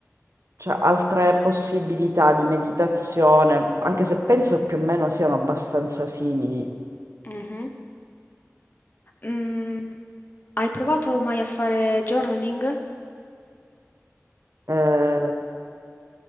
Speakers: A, on the right; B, on the left.
A: cioè altre possibilità di meditazione, anche se penso più o meno siano abbastanza simili.
B: mhm. Mm, hai provato mai a fare journaling?
A: Eh,